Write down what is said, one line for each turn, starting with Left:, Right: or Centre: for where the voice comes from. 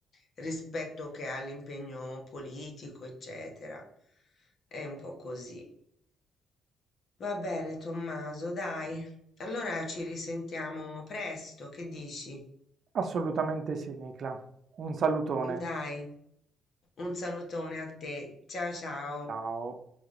Left: rispetto che all'impegno politico, eccetera. È un po' così. Va bene, Tommaso, dai. Allora ci risentiamo presto, che dici?
Right: Assolutamente sì, Nicla. Un salutone.
Left: Dai, un salutone a te. Ciao ciao.
Right: Ciao.